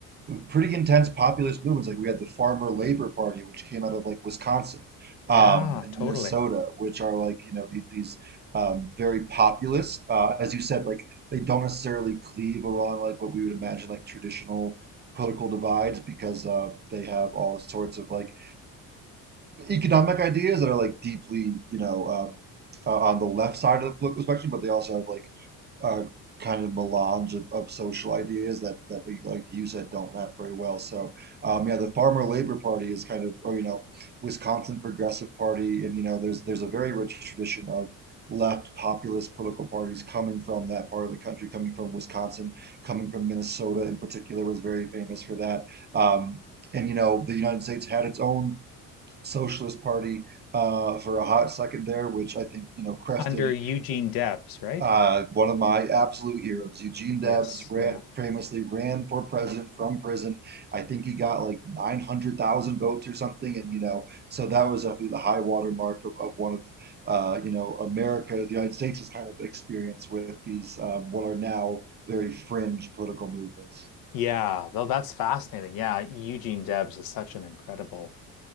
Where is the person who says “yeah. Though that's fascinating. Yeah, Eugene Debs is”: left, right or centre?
Left